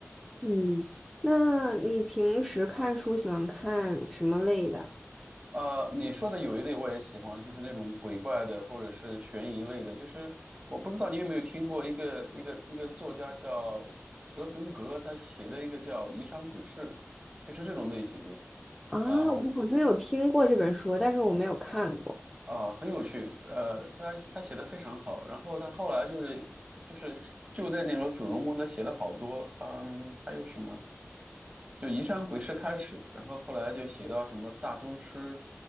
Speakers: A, in the centre; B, on the right.
A: 嗯，那你平时看书喜欢看什么类的？
B: 呃，你说的有一类我也喜欢，就是那种鬼怪的或者是悬疑类的。就是我不知道你有没有听过一个一个一个作家叫蛇存格，他写的一个叫《疑山鬼事》，就是这种类型的
A: 啊，
B: 啊
A: 我好像有听过这本书，但是我没有看过。
B: 啊、很有趣。呃，他他写的非常好，然后他后来就是就是就在那个主人公他写了好多，嗯，还有什么？就《宜山鬼事》开始，然后后来就写到什么大宗师，